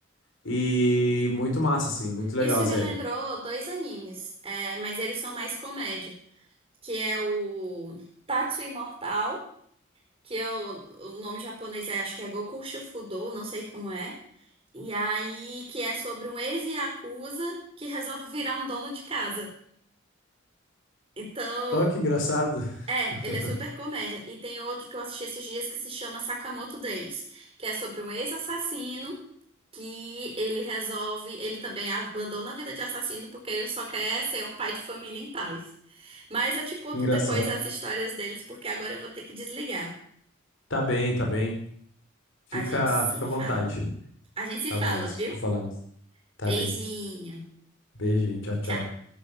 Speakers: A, on the left; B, on the right.
A: e muito massa, assim, muito legal
B: isso
A: a série.
B: me lembrou dois animes, é, mas eles são mais comédia, que é o Tatsu Imortal. que eu, o nome japonês é, acho que é Goku Shufudo, não sei como é. E aí, que é sobre um ex-yakuza que <laughs> resolve virar um dono de casa. Então,
A: Oh, que engraçado,
B: é, ele
A: <laughs>
B: é super comédia. E tem outro que eu assisti esses dias que se chama Sakamoto Days, que é sobre um ex-assassino que ele resolve, ele também abandona a vida de assassino porque ele só quer ser um pai de família em paz. Mas eu te conto
A: que engraçado.
B: depois as histórias deles, porque agora eu vou ter que desligar.
A: Tá bem, tá bem, fica,
B: A gente se
A: fica
B: fala.
A: à vontade,
B: A gente se
A: tá
B: fala,
A: bom, se
B: viu?
A: falamos. Tá
B: Beijinho.
A: bem. Beijinho. Tchau, tchau.
B: Tchau.